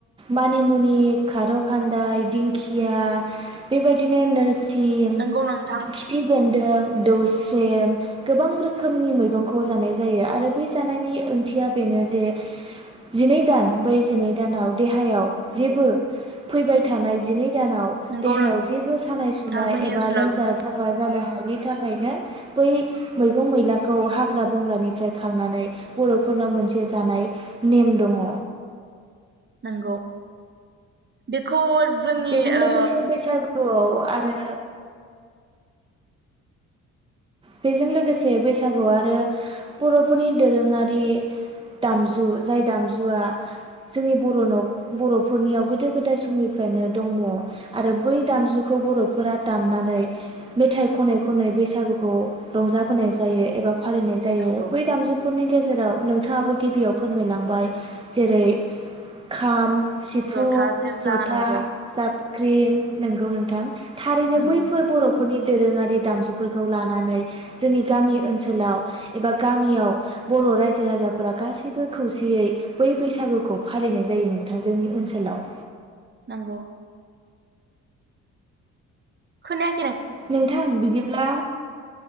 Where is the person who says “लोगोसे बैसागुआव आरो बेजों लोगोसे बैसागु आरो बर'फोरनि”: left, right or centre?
Right